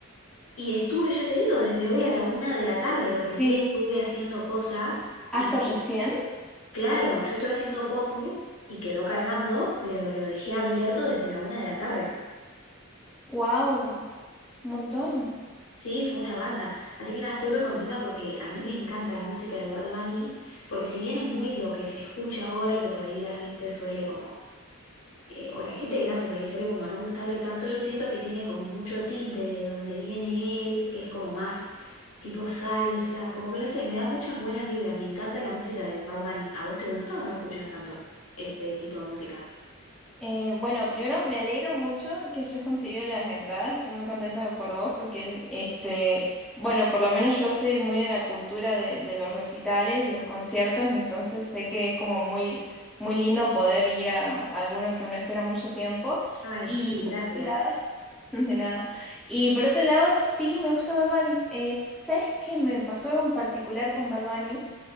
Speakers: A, on the left; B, in the centre.
A: Y estuve, ya te digo, desde hoy a la una de la tarde, lo que sí
B: Sí.
A: estuve haciendo cosas
B: ¿Hasta
A: y
B: recién?
A: y claro, yo estuve haciendo cosas y quedó cargando, pero lo dejé abierto desde la una de la tarde.
B: ¡Wow! Un montón.
A: Sí, fue una banda. Así que nada, estoy re contenta porque a mí me encanta la música de Bad Bunny, porque si bien es muy lo que se escucha ahora, que por ahí la gente suele como eh, o la gente grande por ahí suele como no gustarle tanto, yo siento que tiene como mucho tinte de donde viene él, que es como más tipo salsa, como que no sé, me da muchas buenas vibras, me encanta la música de Bad Bunny. ¿A vos te gusta o no escuchas tanto este tipo de música?
B: Eh, bueno, primero me alegro mucho que hayas conseguido las entradas. Estoy muy contenta por vos porque, este, bueno, por lo menos yo soy muy de la cultura de, de los recitales y los conciertos, entonces sé que es como muy, muy lindo poder ir a, alguno que uno espera mucho tiempo.
A: Ay,
B: Y
A: sí,
B: por
A: gracias.
B: otro lado, <laughs> de nada. Y por otro lado, sí me gusta Bad Bunny. Eh, ¿sabes qué me pasó algo en particular con Bad Bunny?